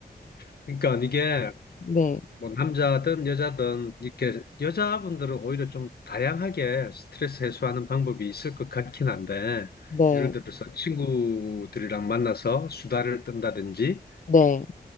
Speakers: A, on the left; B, on the left.
A: 그러니까 이게
B: 네.
A: 뭐 남자든 여자든 이렇게 여자분들은 오히려 좀 다양하게 스트레스 해소하는 방법이 있을 것 같긴 한데
B: 네.
A: 예를 들어서 친구들이랑 만나서 수다를 떤다든지
B: 네.